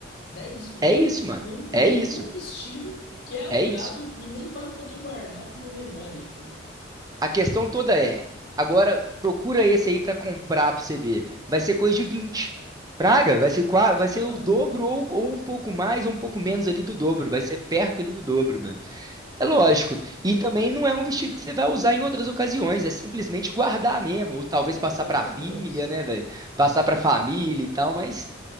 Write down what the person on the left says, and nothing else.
dez mil
num, num,
num vestido que é alugado,
tu nem vai poder guardar com uma memória, tipo.
Aham,
É,
pela
lembrança.
Sim.